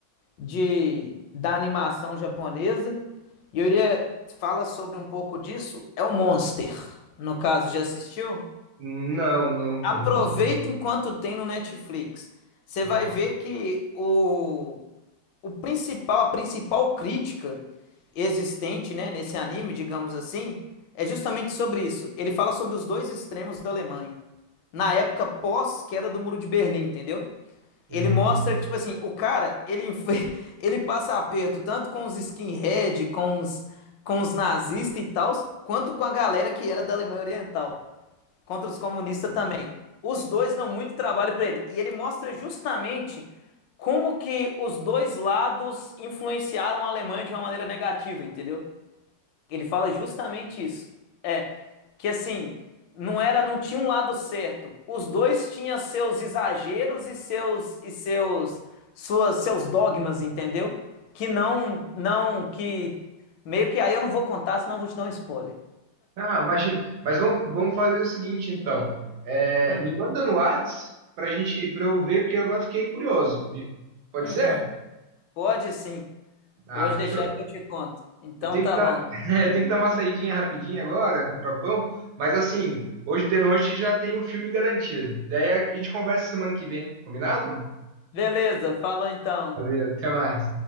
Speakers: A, on the left; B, on the right.
A: de da animação japonesa. E eu iria fala sobre um pouco disso, é o Monster. No caso, já assistiu?
B: Não, não,
A: Aproveita
B: é monstro.
A: enquanto tem no Netflix. Você
B: Boa.
A: vai ver que o o principal, a principal crítica existente, né, nesse anime, digamos assim, é justamente sobre isso. Ele fala sobre os dois extremos da Alemanha, na época pós-queda do Muro de Berlim, entendeu?
B: Uhum.
A: Ele mostra que, tipo assim, o cara, ele, enf- <laughs> ele passa aperto tanto com os skinhead, com os, com os nazistas e tals, quanto com a galera que era da Alemanha Oriental. Contra os comunistas também. Os dois dão muito trabalho para ele. E ele mostra justamente como que os dois lados influenciaram a Alemanha de uma maneira negativa, entendeu? Ele fala justamente isso. É, que assim, não era, não tinha um lado certo. Os dois tinham seus exageros e seus e seus suas, seus dogmas, entendeu? Que não não que meio que aí eu não vou contar, senão eu vou te dar um spoiler.
B: Ah, imagina. Mas vamos, vamos fazer o seguinte, então. É,
A: Hum,
B: me manda no Whats pra gente, pra eu ver, porque eu agora fiquei curioso. E- Pode
A: uhum,
B: ser?
A: pode sim.
B: Ah,
A: Pode
B: fechou.
A: deixar que eu te conto. Então
B: Eu tenho
A: tá
B: que dar,
A: bom.
B: <laughs> eu tenho que dar uma saidinha rapidinha agora, comprar pão. Mas assim, hoje de noite já tem o filme garantido. Daí a gente conversa semana que vem, combinado?
A: Beleza, falou então.
B: Valeu, até mais.